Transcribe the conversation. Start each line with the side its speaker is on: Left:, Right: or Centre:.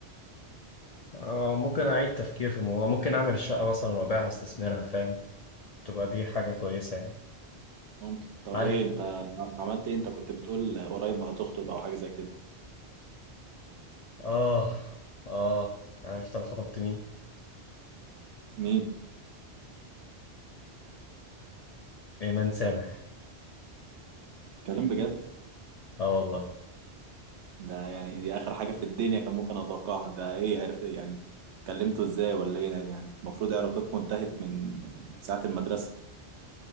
Left: آه ممكن اعيد تفكير في الموضوع ممكن اعمل الشقة مثلا وابيعها استثمرها فاهم تبقى دي حاجة كويسة يعني
Right: ممكن طب
Left: عارف
Right: ايه انت عملت ايه انت كنت بتقول قريب هتخطب او حاجه زي كده
Left: اه اه عرفت انا خطبت مين
Right: مين
Left: ايمان سامح
Right: كلام بجد
Left: اه والله
Right: ده يعني دي اخر حاجه في الدنيا كان ممكن اتوقعها ده ايه عرفت ايه يعني كلمته ازاي ولا ايه يعني المفروض علاقتكم انتهت من ساعه المدرسه